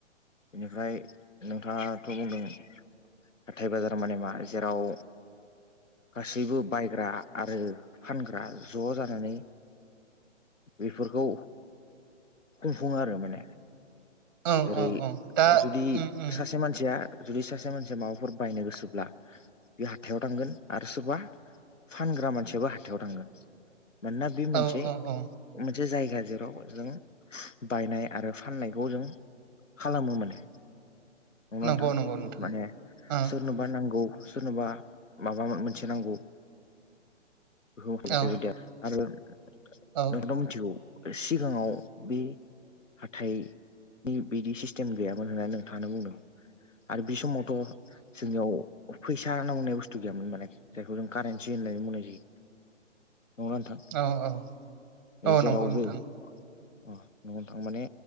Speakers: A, on the left; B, on the right.
A: बेनिफ्राय नोंथाङाथ' बुंदों हाथाइ बाजार माने मा जेराव गासैबो बायग्रा आरो फानग्रा ज' जानानै बेफोरखौ बुंफुङो आरो माने
B: औ
A: जेरै
B: औ औ दा
A: जुदि
B: उम उम
A: सासे मानसिया जुदि सासे मानसिया माबाफोर बायनो गोसोब्ला बे हाथायाव थांगोन आरो सोरबा फानग्रा मानसियाबो हाथायाव थांगोन मानोना बे मोनसे
B: औ औ औ
A: मोनसे जायगा जेराव जों बायनाय आरो फाननायखौ जों खालामो माने नंगौ
B: नंगौ
A: नोंथां
B: नंगौ नोंथां
A: माने
B: औ
A: सोरनोबा नांगौ सोरनोबा माबा मोनसे नांगौ बेबायदिया
B: औ
A: आरो नोंथ'
B: औ
A: मिथिगौ सिगाङाव बे हाथाइ नि बिदि सिस्टेम गैयामोन होननानै नोंथाङानो बुंदों आरो बे समावथ' जोंनियाव फैसा होनना बुंनाय बुस्थु गैयामोन माने जायखौ जों कारेन्सि होननानै बुंनाय जायो नंङा नोंथां
B: औ औ औ
A: जेरावबो
B: नंगौ नोंथां
A: अ न'नो थां माने